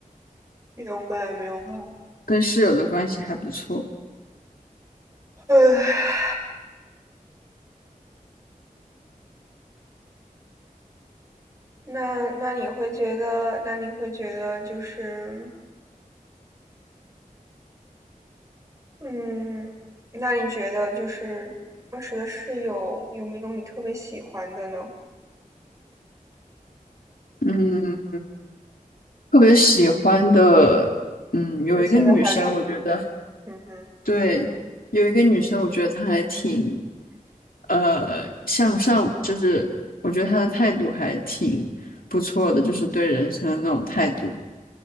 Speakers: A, on the right (about 20°); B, on the left (about 80°).
A: 明白，明白。
B: 跟室友的关系还不错。
A: 唉。那那你会觉得那你会觉得就是，嗯，那你觉得就是当时的室友有没有你特别喜欢的呢？
B: 嗯，特别喜欢的，嗯，有一个女生，
A: 就现在还联系的？
B: 我觉得
A: 嗯哼，
B: 对，有一个女生，我觉得她还挺呃向上，就是我觉得她的态度还挺不错的，就是对人生的那种态度。